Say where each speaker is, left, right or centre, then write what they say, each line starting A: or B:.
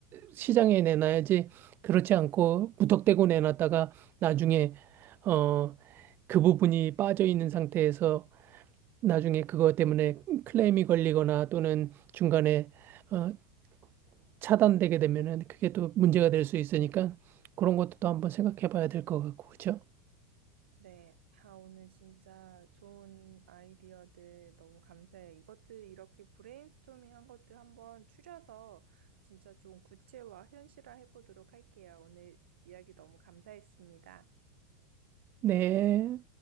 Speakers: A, on the right; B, on the right.
A: 시장에 내놔야지 그렇지 않고 무턱대고 내놨다가 나중에 어, 그 부분이 빠져 있는 상태에서 나중에 그것 때문에 클레임이 걸리거나 또는 중간에 어, 차단되게 되면은 그게 또 문제가 될 수 있으니까 그런 것도 또 한번 생각해 봐야 될 것 같고, 그렇죠?
B: 네, 아, 오늘 진짜 좋은 아이디어들 너무 감사해요. 이것들 이렇게 브레인스토밍 한 것들 한번 추려서 진짜 좀 구체화, 현실화 해보도록 할게요. 오늘 이야기 너무 감사했습니다.
A: 네.